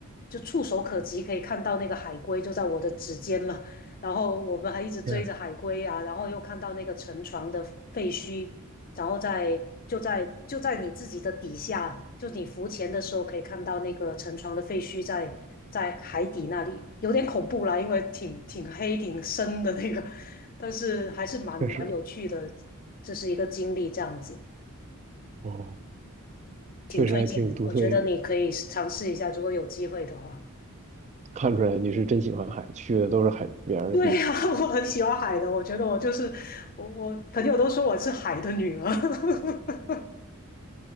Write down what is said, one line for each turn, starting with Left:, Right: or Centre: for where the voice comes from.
Left: 就触手可及，可以看到那个海龟就在我的指尖了。然后我们还一直追着海龟啊，
Right: 嗯，
Left: 然后又看到那个沉船的废墟，然后在就在就在你自己的底下，就你浮潜的时候可以看到那个沉船的废墟在在海底那里，有点恐怖啦，因为挺挺黑挺深的那个，但是还是蛮蛮有趣的，
Right: 确实，
Left: 这是一个经历，这样子
Right: 哦，
Left: 挺推荐的，
Right: 确实还挺独特一个。
Left: 我觉得你可以尝试一下，如果有机会的话。
Right: 看出来你是真喜欢海，去的都是海边儿的地方。
Left: <laughs> 对呀、<laughs> 我很喜欢海的，我觉得我就是我，我朋友都说我是海的女儿。<laughs>